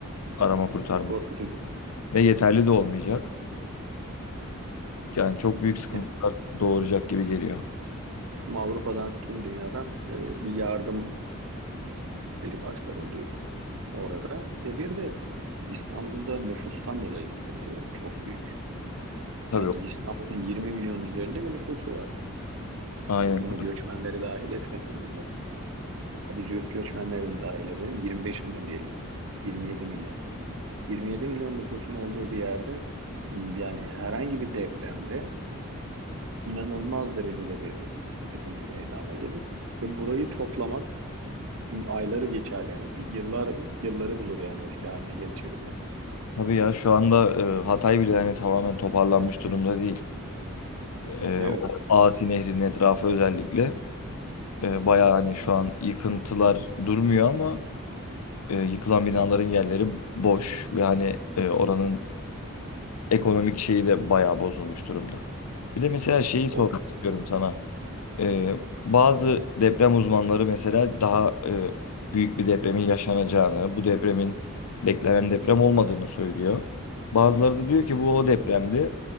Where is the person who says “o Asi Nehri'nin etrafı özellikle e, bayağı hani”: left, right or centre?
Left